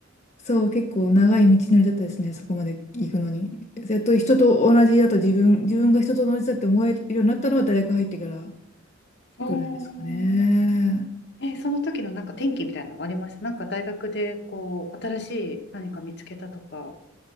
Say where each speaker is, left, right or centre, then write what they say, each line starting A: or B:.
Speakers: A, on the left; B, on the left.
A: そう、結構長い道のりだったですね、そこまで行くのに。やっと人と同じだと自分、自分が人と同じだって思えるようになったのは大学入ってから
B: お
A: ぐらいですかね。
B: ー、えーその時のなんか転機みたいなのありましたなんか大学でこう、新しい何か見つけたとか。